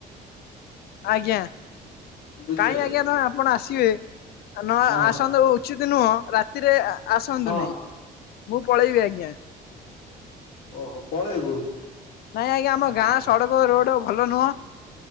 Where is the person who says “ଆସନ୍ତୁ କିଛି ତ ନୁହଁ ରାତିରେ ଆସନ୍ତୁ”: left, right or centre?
Left